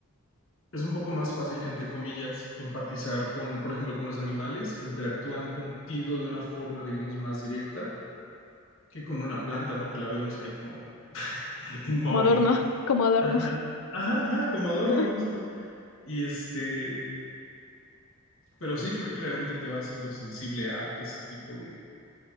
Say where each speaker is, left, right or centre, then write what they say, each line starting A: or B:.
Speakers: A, on the left; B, on the left.
A: es un poco más fácil, entre comillas, empatizar con, por ejemplo, con los animales que interactúan contigo de una forma, digamos, más directa que con una planta, ¿no? Que la vemos ahí como <laughs> inmóvil.
B: como adorno, <laughs> como adorno.
A: Ajá, ajá, ajá, como adorno
B: <laughs>
A: justo. Y este, pero sí creo que realmente te va haciendo sensible a ese tipo de,